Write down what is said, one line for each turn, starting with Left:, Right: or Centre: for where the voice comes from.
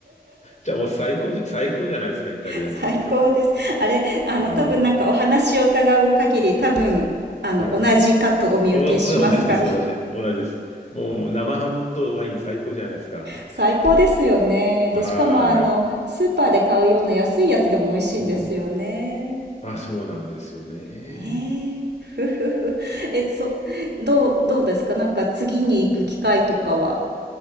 Left: じゃあもう最高じ、最高じゃないですか、イタリアンなんて。
Right: <laughs> 最高です。あれ、あの、
Left: あ
Right: 多分なんかお話を伺う限り、多分、あの、
Left: あ、はい。
Right: 同じかとお見受けしますが、
Left: おお同じです、同じ、同じです。もう生ハムとワイン最高じゃないですか。
Right: 最高ですよね。で、
Left: は
Right: しかもあの、スーパーで買うような安いやつでも美味しいんですよね。
Left: い。うん。あ、そうなんですよね。
Right: ねえ。ふふふ。え、そ、どう、どうですかなんか次に行く機会とかは。
Left: <laughs>